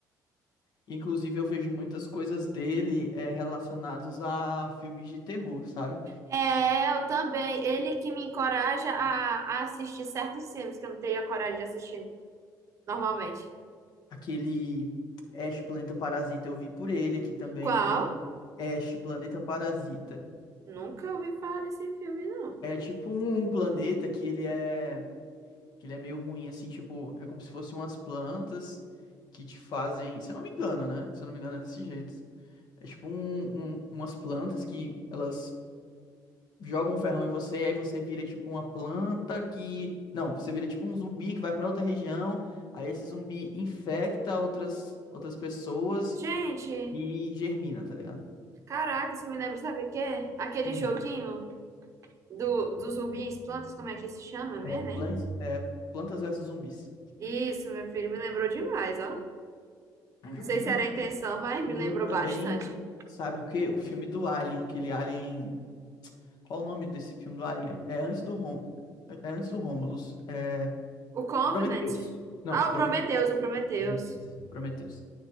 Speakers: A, on the left; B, on the right.
A: Inclusive, eu vejo muitas coisas dele é, relacionadas a filmes de terror, sabe?
B: É, eu também. Ele que me encoraja a, a assistir certos filmes que eu não teria coragem de assistir normalmente.
A: Aquele Ash Planeta Parasita eu vi por ele aqui também,
B: Qual?
A: porque eu nunca. Ash Planeta Parasita.
B: Nunca ouvi falar desse filme, não.
A: É tipo um planeta que ele é que ele é meio ruim assim, tipo, é como se fossem umas plantas que te fazem, se eu não me engano, né? Se eu não me engano é desse jeito. É tipo um, um- umas plantas que elas jogam um ferrão em você, aí você vira tipo uma planta que, não, você vira tipo um zumbi que vai pra outra região, aí esse zumbi infecta outras outras pessoas
B: Gente,
A: e germina, tá ligado?
B: caraca, isso me lembra, sabe o quê? Aquele
A: Hum.
B: joguinho. Do, dos rubins, plantas, como é que se chama mesmo,
A: É, Plants,
B: hein?
A: é Plantas versus Zumbis.
B: Isso, meu filho, me lembrou demais, ó.
A: Uhum.
B: Não sei se era a intenção, mas me
A: Lembrou
B: lembrou
A: também,
B: bastante.
A: sabe o quê? O filme do Alien, aquele Alien. Qual o nome desse filme do Alien? É antes do Rom... é antes do Romulus. É
B: O Covenant.
A: Prometheus. Não,
B: Ah,
A: Prometheus.
B: o Prometheus, o Prometheus.
A: Prometheus. Prometheus.